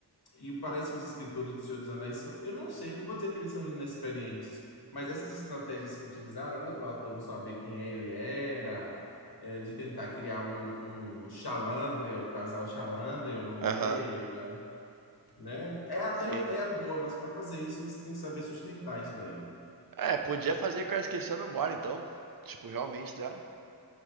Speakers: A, on the left; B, on the right.
A: e parece que os escritores de Senhor dos Anéis, são- eu não sei, não vou dizer que eles são inexperientes, mas essas estratégias que utilizaram, né, do ator não saber quem ele era, é, de tentar criar um, um Chalandriel, o casal Chalandriel no meio,
B: Aham,
A: é, né? É até
B: sim.
A: uma ideia boa, mas para fazer isso você tem que saber sustentar isso daí.
B: É, podia fazer que eu esqueci a memória, então. Tipo, realmente, tá ligado?